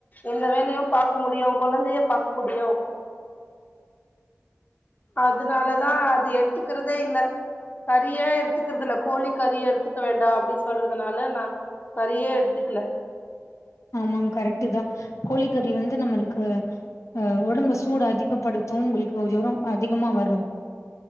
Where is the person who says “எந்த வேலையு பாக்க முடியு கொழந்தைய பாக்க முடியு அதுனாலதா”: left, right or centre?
Left